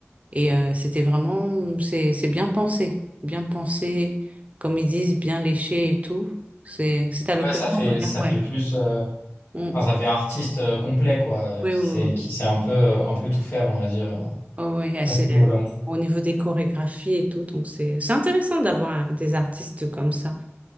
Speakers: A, on the right; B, on the left.
A: Et euh, c'était vraiment, c'est, c'est bien pensé, bien pensé, comme ils disent, bien léché et tout. C'est, c'est à l'occasion,
B: Ouais, ça fait,
A: regarde,
B: ça
A: ouais.
B: fait plus. Enfin,
A: Mm.
B: ça fait artiste euh, complet, quoi, euh,
A: Oui,
B: qui
A: oui,
B: sait, qui
A: oui.
B: sait un peu, euh, un peu tout faire, on va dire, euh,
A: Oh oui, et c'est
B: à ce niveau-là.
A: au niveau des chorégraphies et tout, donc c'est c'est intéressant d'avoir un- des artistes comme ça.